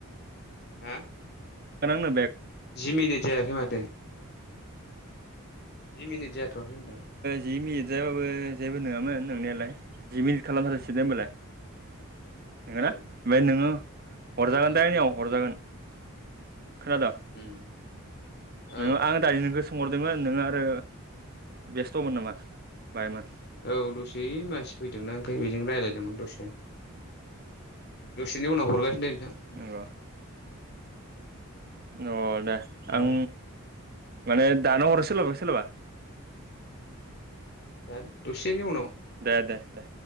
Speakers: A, on the left; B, on the right.
A: हा?
B: खोनादों।
A: जिमिनिट जायाखै माथो। जि मिनिट। जाथ'वाखै होनदां
B: जि मिनिट जायाबाबो जेबो नङामोन नोंनायालाय जि मिनिट खालामथारोंसै दे होनबालाय। नोंगना
A: औ
B: ओमफाय नों हरजागोन
A: औ
B: दे हरजागोन। खोनादों?
A: उम
B: नोङो
A: औ
B: आं दानि नोंखौ सोंहरदोंमोन नोङो आरो बेस्थ'मोन नामा? बाहायमोन
A: औ दसे मानसि फैदों ना आं बेजोंनो रायज्लायदोंमोन दसे दसेनि उनाव हरगासिनो दं। <unintelligible>
B: नंगौ अ दे
A: अब्ला
B: आं माने दाना हरो सोलाबा सोलाबा?
A: दा दसेनि उनाव
B: दे दे दे।